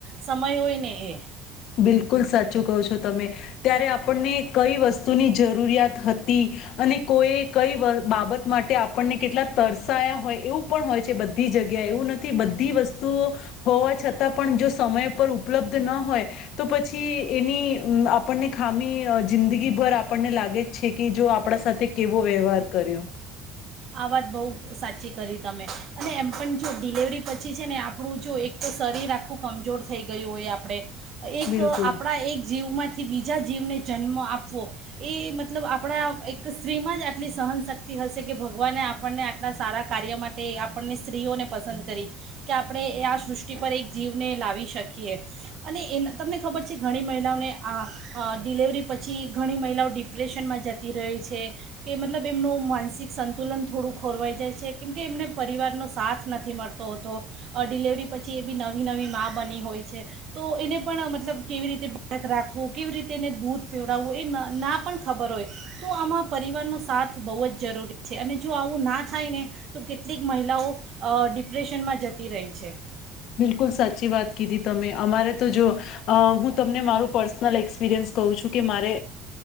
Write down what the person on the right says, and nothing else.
સમય હોય ને એ.
આ વાત બહુ સાચી કરી તમે અને એમ પણ જો ડિલેવરી પછી છે ને આપણું જો એક તો શરીર આખું કમજોર થઈ ગયું હોય આપણે. એક
આપણા એક જીવમાંથી બીજા જીવને. જન્મ આપવો એ મતલબ આપણા એક સ્ત્રીમાં જ આટલી સહનશક્તિ હશે કે. ભગવાને આપણને આટલા સારા કાર્ય માટે આપણને સ્ત્રીઓને પસંદ કરી કે આપણે એ આ સૃષ્ટિ પર એક જીવને લાવી શકીએ અને એના તમને ખબર છે ઘણી મહિલાઓને આ ડિલેવરી પછી ઘણી મહિલાઓ ડિપ્રેશનમાં જતી રહેહી છે કે મતલબ એમનો માનસિક સંત. તુલન થોડું ખોરવાઈ જાય છે કેમ કે એમને પરિવારનો સાથ નથી મળતો હતો ડિલેવરી પછી એ બી નવી નવી મા બની હોય છે તો એને પણ મતલબ કેવી રીતે બાળક રાખવું કેવી રીતે એને દૂધ પીવડાવવું એ ના પણ ખબર હોય તો આમાં પરિવારનો સાથ બહુ જ જરૂરી. અને જો આવું ના થાય ને તો કેટલીક મહિલાઓ ડિપ્રેશનમાં જતી રહી છે.